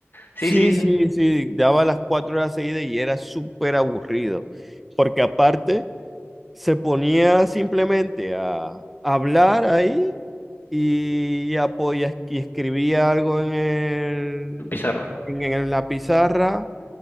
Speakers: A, on the left; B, in the centre.
A: Sí,
B: Sí,
A: sí,
B: sí, sí, daba las cuatro horas seguidas y era súper aburrido, porque aparte se ponía simplemente a hablar ahí y, apo- y es- y escribía algo en el,
A: un pizarrón.
B: en, en la pizarra